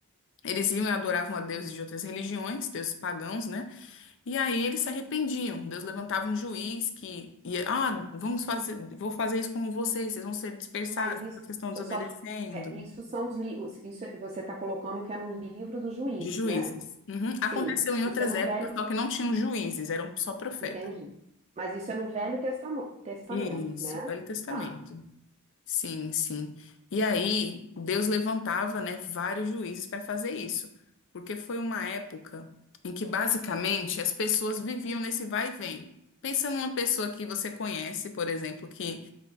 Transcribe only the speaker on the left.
Eles iam e adoravam a deuses de outras religiões, deuses pagãos, né? E aí eles se arrependiam. Deus levantava um juiz que ia, ah, vamos fazer, vou fazer isso com vocês, vocês vão ser dispersados,
porque vocês estão
desobedecendo.
De juízes.
Uhum.
Aconteceu em outras
épocas,
só que não tinham juízes, eram só profetas.
Isso,
Velho Testamento.
Sim, sim. E aí Deus levantava, né, vários juízes para fazer isso, porque foi uma época em que basicamente as pessoas viviam nesse vai e vem. Pensa numa pessoa que você conhece, por exemplo, que